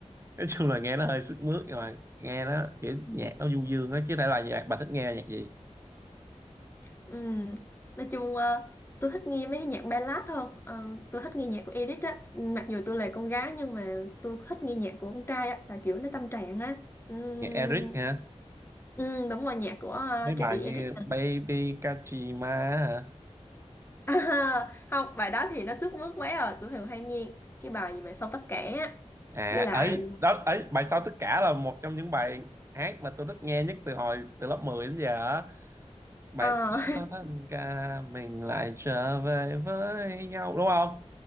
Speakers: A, on the right (about 25°); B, on the left (about 20°).
A: nói chung là nghe nó hơi sức mướt nhưng mà nghe nó kiểu
B: mà
A: nhạc nó du dương á chứ thể là nhạc bà thích nghe nhạc gì
B: Ừm, Nói chung ờ, tôi thích nghe mấy cái nhạc ballad hơn Ờ, tôi thích nghe nhạc của Edith á mặc dù tôi là con gái nhưng mà tôi thích nghe nhạc của con trai á là kiểu nó tâm trạng á Ừm,
A: nhạc Eric hả
B: ừm, đúng rồi nhạc của ờ,
A: mấy bài
B: ca sĩ
A: như
B: Edith à,
A: Baby Kajima hả
B: <laughs> không bài đó thì nó sức mướt quá rồi tôi thường hay nghe cái bài gì mà xong tất cả á
A: à
B: với lại
A: ấy đó ấy bài sau tất cả là một trong những bài hát mà tôi thích nghe nhất từ hồi từ lớp 10 đến giờ á. bài
B: ờ, <laughs>
A: sau tất cả mình lại trở về với nhau đúng không